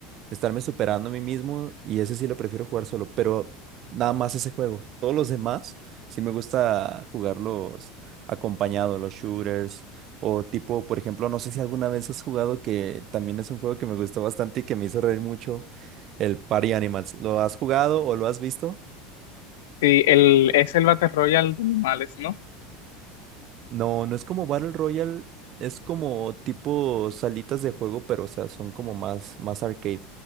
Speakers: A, on the right; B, on the left.
A: de estarme superando a mí mismo y ese sí lo prefiero jugar solo, pero nada más ese juego. Todos los demás sí me gusta jugarlos acompañado, los shooters o tipo, por ejemplo, no sé si alguna vez has jugado que también es un juego que me gustó bastante y que me hizo reír mucho, el Party Animals. ¿Lo has jugado o lo has visto?
B: Sí, el, es el Battle Royale de animales, ¿no?
A: No, no es como Battle Royale, es como tipo salitas de juego, pero o sea, son como más, más arcade.